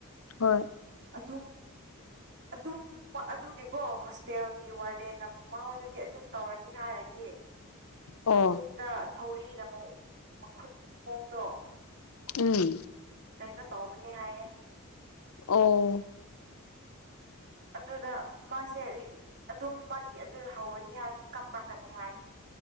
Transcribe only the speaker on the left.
ꯍꯣꯏ
ꯑꯣ
ꯎꯝ
ꯑꯣ